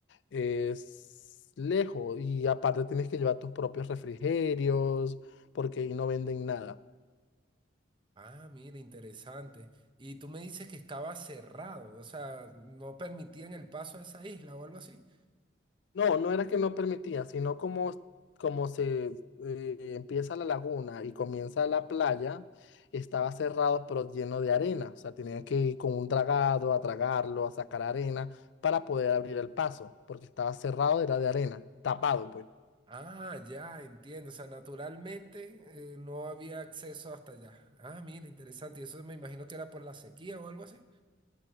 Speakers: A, on the left; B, on the right.
A: es lejos. Y aparte tienes que llevar tus propios refrigerios, porque ahí no venden nada.
B: Ah, mira, interesante. Y tú me dices que estaba cerrado, o sea, no permitían el paso a esa isla o algo así.
A: No, no era que no permitía, sino como, como se eh, empieza la laguna y comienza la playa, estaba cerrado pero lleno de arena. O sea, tenían que ir con un dragado a tragarlo, a sacar arena para poder abrir el paso, porque estaba cerrado, era de arena, tapado, pues.
B: Ah, ya, entiendo. O sea, naturalmente eh, no había acceso hasta allá. Ah, mira, interesante. Y eso me imagino que era por la sequía o algo así.